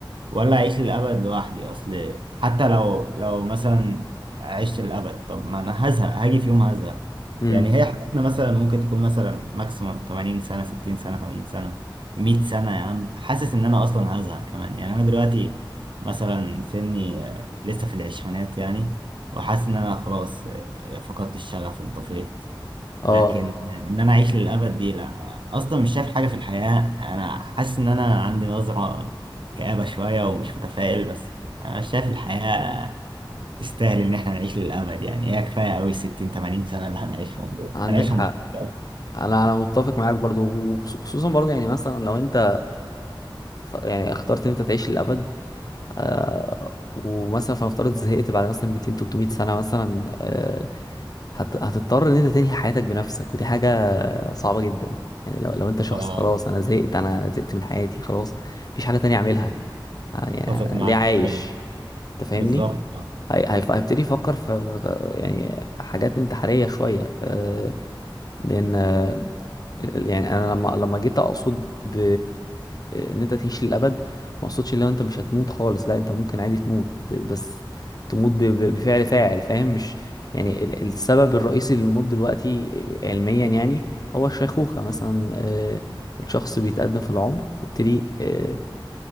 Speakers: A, on the right (about 70°); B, on the left (about 50°).
A: ولا أعيش للأبد لوحدي أصل حتى لو لو مثلا عشت للأبد طب ما أنا هزهق هاجي في يوم هزهق
B: امم
A: يعني هي مم. حياتنا مثلا ممكن تكون مثلا ماكسيموم 80 سنة 60 سنة 80 سنة 100 سنة يا عم حاسس إن أنا أصلا هزهق كمان يعني أنا دلوقتي مثلا سني آه، لسه في العشرينات يعني وحاسس إن أنا خلاص آه، فقدت الشغف انطفيت
B: اه
A: لكن ان انا اعيش للابد دي لا اصلا مش شايف حاجه في الحياه انا حاسس ان انا عندي نظره كآبه شويه ومش متفائل بس انا شايف الحياه تستاهل ان احنا نعيش للابد يعني هي كفايه قوي 60 80 سنه اللي هنعيشهم دول
B: عندك
A: هنعيشهم
B: حق
A: بالظبط.
B: انا انا متفق معاك برضو وخصوصا برضو يعني مثلا لو انت ف- يعني اخترت ان انت تعيش للأبد آه، ومثلا فنفترض زهقت بعد مثلا 200 300 سنة مثلا آه، هت- هتضطر ان انت تنهي حياتك بنفسك ودي حاجة صعبة جدا يعني لو لو انت شخص
A: اه
B: خلاص انا زهقت انا زهقت من حياتي خلاص مفيش حاجة تانية اعملها آه، يعني
A: اتفق معاك
B: ليه عايش
A: في حاجه ده
B: انت فاهمني
A: بالظبط
B: هي- هيف- هيبتدي يفكر في في- يعني حاجات انتحارية شوية آه، لان يعني انا لما لما جيت اقصد ب... ان انت تعيش للابد ما اقصدش ان انت مش هتموت خالص لا انت ممكن عادي تموت بس تموت ب... ب- بفعل فاعل فاهم مش يعني ال- السبب الرئيسي للموت دلوقتي علميا يعني هو الشيخوخة مثلا آه، الشخص بيتقدم في العمر ويبتدي آه،